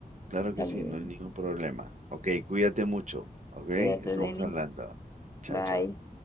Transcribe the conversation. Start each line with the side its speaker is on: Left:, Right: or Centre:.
Right: claro
Left: Dale,
Right: que sí,
Left: Denis.
Right: no hay ningún problema. Ok, cuídate mucho, ok, estamos
Left: Cuídate, Denis.
Right: hablando. Chao,
Left: Bye.
Right: chao.